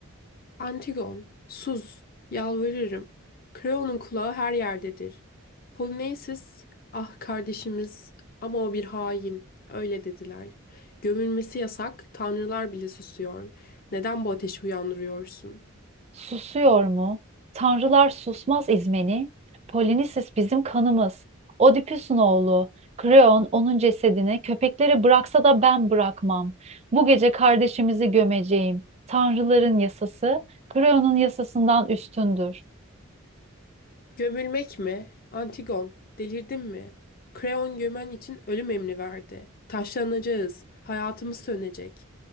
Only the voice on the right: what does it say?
Susuyor mu? Tanrılar susmaz İzmeni. Polinisis bizim kanımız. Oedipus'un oğlu. Kreon onun cesedini köpeklere bıraksa da ben bırakmam. Bu gece kardeşimizi gömeceğim. Tanrıların yasası Kreon'un yasasından üstündür.